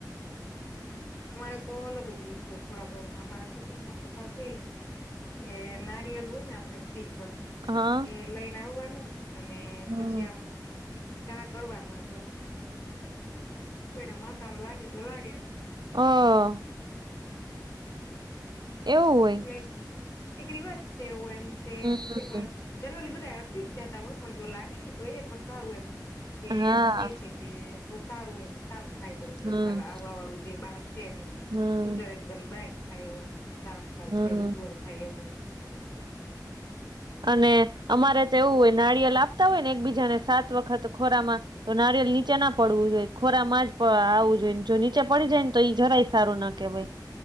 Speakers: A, on the left; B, on the right.
A: અમારે તો અલગ જ રીત હોય ખોડા ભરતમાં, અમારા કુટુંબમાં તો સાવ કેવી છે એ નારિયલ હોય ને આપડે સિફળ
B: હા
A: એ લઈને આવવાનું અને
B: હમ
A: પછી આમ ઘા કરવાનું કોઈના માથામાં લાગે તો લાગે
B: હા. એવું હોય.
A: એટલે એક રિવાજ છે એવું એમ કે
B: હમ્મ,
A: એમ ક પણ જનરલી બધા અટકી જ જાતા હોય પણ જો લાગે ને તો એ પણ સારું એમ કે
B: હા,
A: એમ કે કે તો સારું એમ સારું થાય બધું
B: હમ્મ,
A: એમ આવવા વાળું જે બાળક છે એનું
B: હમ્મ,
A: ફ્યુચર એકદમ બ્રાઇટ થાય એવું એમ, સારામાં સારું
B: હમ્મ.
A: થાય ઉજ્જવળ થાય એવું એમ
B: અને અમારે તો એવું હોય નારિયેલ આપતા હોય ને એકબીજાને સાત વખત ખોરામાં તો નારિયલ નીચે ના પડવું જોઈ ખોરામાં જ આવું જોઈ, જો નીચે પડી જાય ને તો ઈ જરાય સારું ના કેવાય.